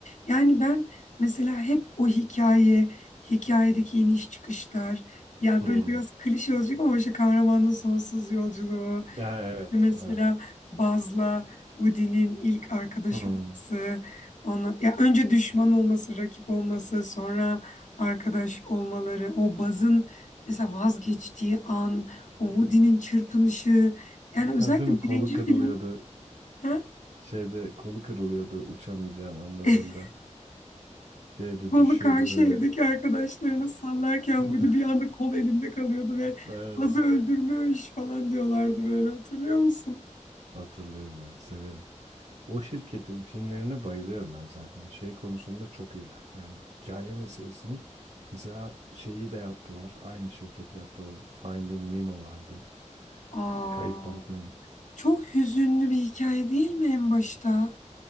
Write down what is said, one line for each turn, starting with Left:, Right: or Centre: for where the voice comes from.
Left: Yani ben mesela hep o hikaye, hikayedeki iniş çıkışlar, ya
Right: Hmm.
Left: böyle biraz klişe olacak ama işte kahramanın sonsuz yolculuğu,
Right: Ha, evet,
Left: Mesela
Right: evet.
Left: Baz'la Woody'nin ilk arkadaş
Right: Hmm.
Left: olması, ona ya önce düşman olması, rakip olması, sonra arkadaş olmaları, o Baz'ın mesela vazgeçtiği an, o Woody'nin çırpınışı, yani özellikle
Right: Ha, değil mi?
Left: birinci
Right: Kolu kırılıyordu.
Left: film ha?
Right: Şeyde kolu kırılıyordu uçamayacağını anladığında.
Left: <laughs>
Right: Şeyde
Left: Kolu
Right: düşüyordu
Left: karşı
Right: böyle.
Left: evdeki arkadaşlarına sallarken
Right: <laughs>
Left: Woody bir anda kol elinde kalıyordu ve
Right: Böyle.
Left: Baz'ı öldürmüş falan diyorlardı böyle hatırlıyor musun?
Right: Hatırlıyorum ya, severim. O şirketin filmlerine bayılıyorum ben zaten. Şey konusunda çok iyiler. Yani hikaye meselesini. Mesela şeyi de yaptılar. Aynı şirketi yaptı o Finding Nemo vardı.
Left: Aa,
Right: Kayıp Balık Nemo.
Left: çok hüzünlü bir hikaye değil mi en başta?